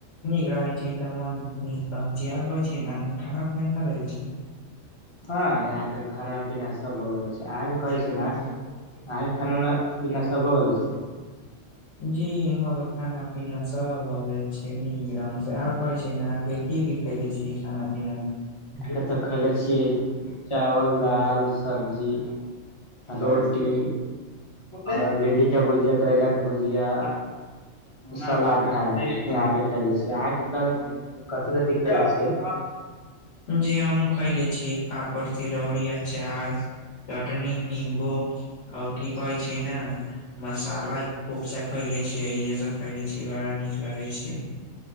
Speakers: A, on the left; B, on the left.
A: नीक रहैत छै तऽ मोन नीक रहै छै आर रहै छी ने खाना पीना खाै छी।
B: हँ यहाँ के खाना पीना सभ हो गेलो छै अहाँकेँ कहै छै नेके। अहके खाना पीना सभ हो गेलो छै।
A: जी यहाँ केँ खाना पीना सभ होव गेल छै नीक ढंग से आब। कहै छै ने अहाँकेँ कि कि खै। छी खाना पीना मे।
B: हम तऽ खयले छियै चावल दाल सब्जी। रोटी। आओर भिन्डी का भुजिया करैला कऽ भुजिया सलाद खाय। यके खेले छी आके कल कथि कथि खेले छिय।
A: जी हमहुँ खयले छी पापड़ तिलौरी अचार। चटनी निम्बू ओर कि कहै छै ने। मसाला कफचा खैले छियै इे सभ फैदे छी बड़ा नीक लागे छै